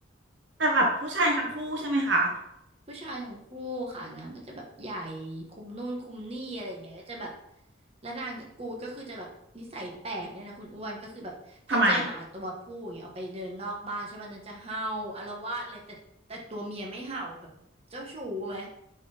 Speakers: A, on the right; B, on the right.
A: แต่แบบผู้ชายทั้งคู่ใช่ไหมคะ
B: ผู้ชายทั้งคู่ค่ะนางก็จะแบบใหญ่คุมนู่นคุมนี่อะไรอย่างเงี้ยก็จะแบบแล้วนางกูดก็คือจะแบบนิสัยแปลกเนี่ยนะคุณอ้วนก็คือแบบถ้าเจอหมาตัวผู้อย่างเงี้ยเอาไปเดินนอกบ้านใช่ป่ะนางจะเห่าอาละวาดเลยแต่แต่ตัวเมียไม่เห่าแบบเจ้าชู้ไหม
A: ทำไม